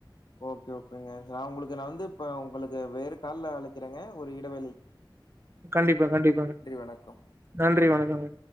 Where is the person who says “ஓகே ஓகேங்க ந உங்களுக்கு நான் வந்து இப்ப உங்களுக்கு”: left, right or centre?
Left